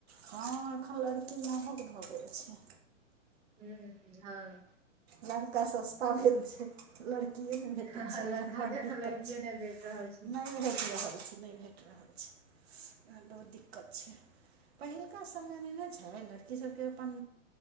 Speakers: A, on the right (about 50°); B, on the right (about 15°).
A: ह एखन लड़की मंहग भऽ गेल छै
B: छै हूँ
A: लड़का सस्ता भेल छै। लड़किए ने भेटै
B: हँ
A: छै एखन
B: लड़का
A: बड़
B: के
A: दिक्कत
B: लड़किये
A: छै
B: नहि भेट रहल छै
A: नहि। भेट रहल छै नहि भेट रहल छै वैह बहुत दिक्कत छै। पहिलुका समय नैन छै लड़की सभके अपन